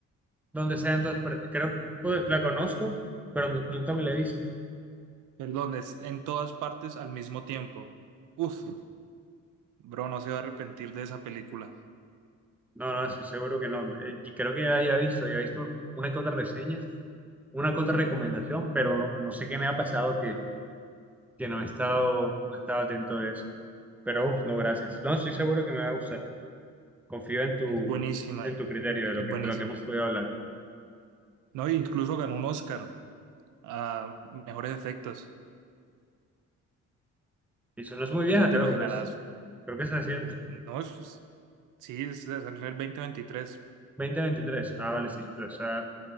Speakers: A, in the centre; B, on the right (about 85°).
A: Donde sea, entonces, pero creo pues, la conozco, pero nu- nunca me la he visto.
B: Perdón, es en todas partes al mismo tiempo. Uf, bro, no se va a arrepentir de esa película.
A: No, no, sí seguro que no. Eh, y creo que ya había visto, había visto una que otra reseña, una que otra recomendación, pero no, no sé qué me ha pasado que no he estado, no he estado atento de eso. Pero uf, no, gracias. No, estoy seguro que me va a gustar. Confío en tu,
B: Es buenísima,
A: en
B: eh,
A: tu criterio
B: es
A: de lo que,
B: buenísima.
A: de lo que hemos podido hablar.
B: No, e incluso ganó un Oscar a mejores efectos.
A: Y eso no es muy
B: Entonces
A: vieja,
B: ya
A: creo
B: te imaginarás.
A: que es, creo que es reciente.
B: No, es Sí, es- salió en el 2023.
A: 2023. Ah, vale, sí, entonces está,